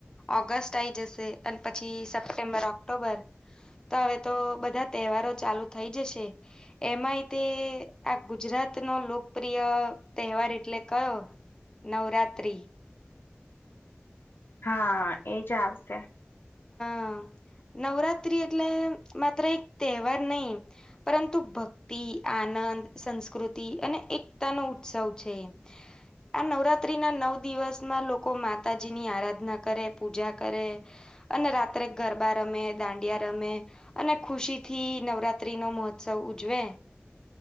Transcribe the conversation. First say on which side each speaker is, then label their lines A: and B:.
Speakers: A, on the left (about 20°); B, on the left (about 65°).
A: ઓગસ્ટ આ આઈ જશે અને પછી સપ્ટેમ્બર ઓક્ટોબર તો હવે તો બધા તહેવારો ચાલુ થઈ જશે એમાંય તે ગુજરાતનો લોકપ્રિય તહેવાર એટલે કયો નવરાત્ર્રી
B: હા એજ આવશે
A: હ નવરાત્રી એટલે માત્ર એક તહેવાર નઈ પરંતુ ભક્તિ આનંદ સંસ્કૃતિ અને એકતા નો ઉત્સવ છે. આ નવરાત્રીના નવ દિવસમાં લોકો માતાજીની આરાધના કરે પૂજા કરે અને રાત્રે ગરબા રમે દાંડિયા રમે અને ખુશી થી નવરાત્રી નો મહોત્સવ ઉજવે